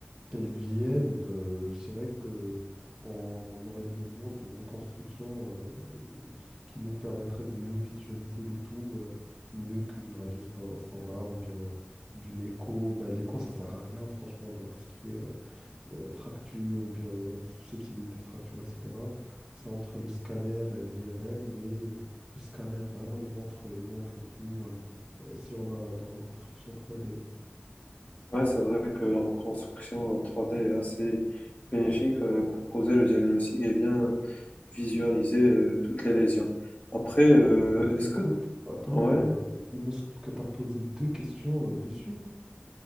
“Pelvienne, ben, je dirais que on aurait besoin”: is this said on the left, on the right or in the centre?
Right